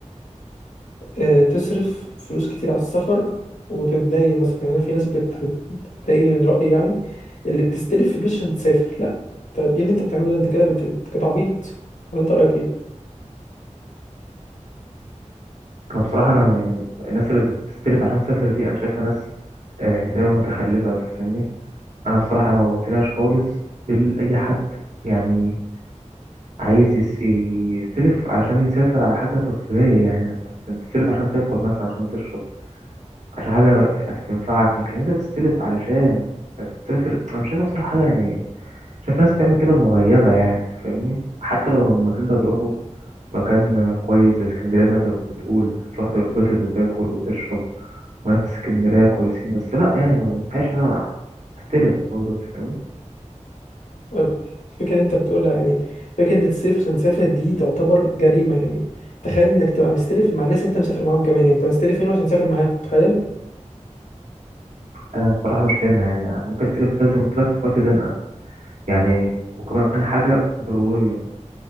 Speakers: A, on the left; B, on the right.
A: آه، تصرف فلوس كتير على السفر وتتدين مثلا يعني انا في ناس بت- بت- بتضايقني من رأيي يعني اللي بتستلف فلوس عشان تسافر لا انت ايه اللي انت بتعمله ده انت كده بت- بت- كده عبيط ولا انت رأيك ايه
B: أنا بصراحة أنا يعني الناس اللي بتستلف عشان تسافر دي أنا شايفها ناس آه، يعني تقريبا متخلفة أنت فاهمني أنا بصراحة ما بقتنعش خالص بالأي حد يعني عايز يس- يستلف علشان يسافر على حاجة ترفيهية يعني أنت تستلف عشان تاكل مثلا عشان تشرب عشان حاجة ت- هتنفعك لكن انت تستلف علشان تسافر انا مش شايفها بصراحة حاجة يعني شايف ناس تعمل كده مغيبة يعني انت فاهمني حتى لو المكان ده هتروحه مكان كويس زي اسكندرية زي ما انت بتقول تروح تنبسط وتاكل وتشرب وناس اسكندرية كويسين بس لا يعني ما مستحيلش ان انا استلف برضه أنت فاهمني
A: آه، الفكرة اللي انت بتقولها يعني فكرة انك تستلف عشان تسافر دي تعتبر جريمة يعني تخيل انك تبقى مستلف مع ناس انت مسافر معاهم كمان يعني انت مستلف منه عشان تسافر معاهم تخيل
B: انا بصراحة مش فاهمها يعني انا أنا ممكن استلف ده زي ما قلت لك في وقت زنقة يعني وكمان حاجة ضرورية